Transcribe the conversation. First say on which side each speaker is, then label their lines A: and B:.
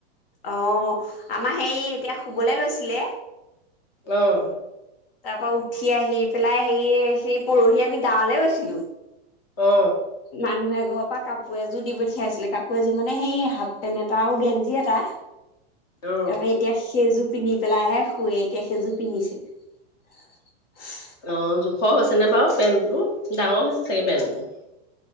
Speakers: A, on the left; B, on the left.
A: অ আমাৰ হেই এতিয়া শুবলে লৈছিলে।
B: আহ
A: তাৰ পৰা উঠি আহি পেলাই সে সেই পৰহি আমি গাঁৱ গৈছিলো।
B: অ
A: মানুহে। ঘৰৰ পৰা কাপোৰ এযোৰ দি পঠিয়াইছিলে, কাপোৰ এযোৰ মানে সেই হাফ পেণ্ট এটা আৰু গেঞ্জি এটা।
B: অ
A: আবে এতিয়া সেইযো পিন্ধি পেলাইহে শুুৱে এতিয়া সেইযোৰ পিন্ধিছে। <inaudible>
B: অ জোখৰ হৈছে নে বাৰু পেণ্টটো, ডাঙৰ হৈছে চাগে পেণ্টটোৰ?